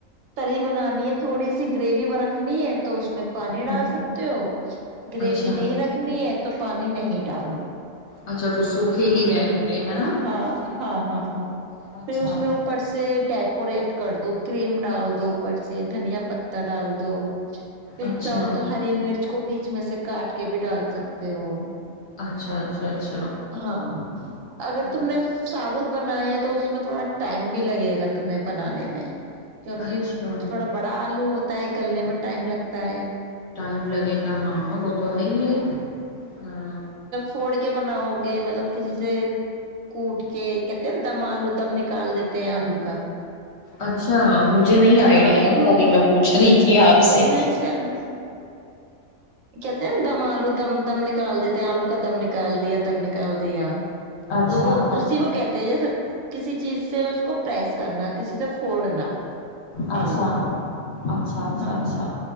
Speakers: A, on the right; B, on the left.
A: تری بنانی ہے۔ تھوڑی سی گریوی والا۔۔۔ نی ہے تو اس میں۔۔۔ پانی
B: ہوں
A: ڈال سکتے ہو۔ گریوی
B: اچھا
A: نہیں رکھنی ہے۔۔ تو پانی نہیں ڈالو۔
B: اچھا پھر سوکھے ہی رہیں گے۔ ہے
A: ہاں
B: نا؟
A: ہاں ہاں ہاں۔
B: اچھا
A: پھر اس
B: اچھا
A: میں اوپر سے ڈ۔۔ یڑ کر دو۔ کریم ڈال دو اوپر سے۔ دھنیا پتہ ڈال۔۔۔ دو۔ پھر
B: اچھا
A: چاہو تو ہری مرچ کو بیچ میں سے کاٹ کے بھی ڈال سکتے۔۔ تے وہ۔
B: اچھا اچھا اچھا اچھا
A: ہاں اگر
B: ہوں،
A: تم نے۔۔۔ سابوت بنائے ہیں تو اس میں تھوڑا ٹائم بھی لگے گا تمہیں بنانے میں۔ کیونکہ
B: اچھا
A: تھوڑا بڑا آلو ہوتا۔۔۔ <unintelligible> گلنے میں ٹائم لگتا ہے۔
B: ٹائم لگے گا۔ ہاں وہ تو ہے ہی ہے۔ ہاں۔
A: توڑ کے بناؤ گے۔ مطلب کسی سے کوٹ کے کہتے ہیں نا دم آلو دم نکال دیتے ہیں آلو کا۔
B: اچھا مجھے نہیں
A: ہاں
B: آئیڈیا
A: وہ
B: نا۔ تبھی میں پوچھ رہی تھی۔ آپ سے
A: اچھا۔ کہتے ہیں دم الو دم۔۔۔ دم نکال دیتے ہیں۔ آلو کا دم نکال دیا۔۔۔ دم نکال دیا۔
B: اچھا
A: تو وہ
B: اچھا
A: اسی کو کہتے ہیں جیسا کسی۔۔۔ چیز سے اس کو پرریس کرنا۔ کسی سے پھوڑنا۔
B: اچھا
A: آلو کو
B: اچھا اچھا
A: ہاں
B: اچھا